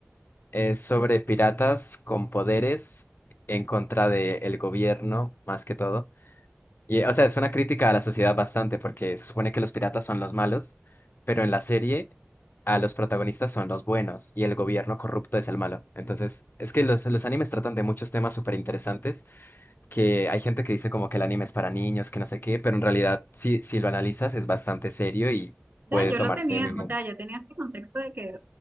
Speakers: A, on the left; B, on the right.
A: Es sobre piratas con poderes en contra del gobierno, más que todo. Y, o sea, es una crítica a la sociedad bastante, porque se supone que los piratas son los malos, pero en la serie a los protagonistas son los buenos y el gobierno corrupto es el malo. Entonces, es que los, los animes tratan de muchos temas súper interesantes, que hay gente que dice como que el anime es para niños, que no sé qué, pero en realidad, si, si lo analizas, es bastante serio y
B: O
A: puede
B: sea, yo
A: tomarse
B: lo tenía,
A: muy bien.
B: o sea, yo tenía ese contexto de que,